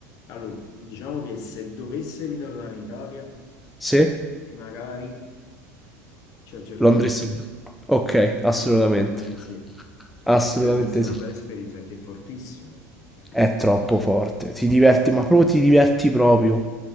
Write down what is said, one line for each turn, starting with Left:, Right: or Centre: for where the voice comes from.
Left: Allora, diciamo che se dovesse ritornare in Italia,
Centre: Sì?
Left: magari ci aggiorniamo,
Centre: Londrissimo. Ok, assolutamente.
Left: potremmo andare insieme.
Centre: Assolutamente
Left: Potrebbe essere
Centre: sì.
Left: una bella esperienza, che è fortissimo, fortissimo.
Centre: È troppo forte. Ti diverti, ma proprio ti diverti proprio.